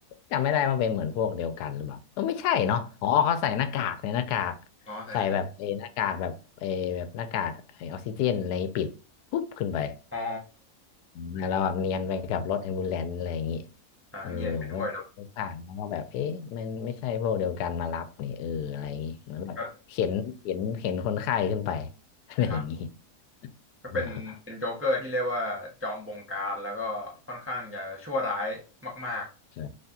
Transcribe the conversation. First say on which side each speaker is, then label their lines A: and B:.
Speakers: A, on the left; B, on the right.
A: จำไม่ได้ว่าเป็นเหมือนพวกเดียวกันหรือเปล่าเอไม่ใช่เนาะอ๋อเขาใส่หน้ากากในหน้ากาก
B: อาอ๋อแต่นะ
A: ใส่แบบเออหน้ากากแบบเออแบบหน้ากากไอออกซิเจนอะไรปิดปุ๊บขึ้นไป
B: อ๋อ
A: อืมแล้วแบบเนียนไปกับรถแอมบูเลนอะไรอย่างงี้
B: อ่าเนียนไปด้วยเนาะ
A: เออผมก็ผ่านแล้วก็แบบเอ๊ะมันไม่ใช่พวกเดียวกันมารับนี่เอออะไรอย่างงี้เหมือนแบบเข็นเข็นเข็นคนไข้ขึ้นไป
B: ก็
A: อะไรอย่างงี้
B: ครับผมก็เป็นเป็นโจ๊กเกอร์ที่เรียกว่าจอมบงการแล้วก็ค่อนข้างจะชั่วร้าย
A: <laughs>
B: มาก
A: ใช่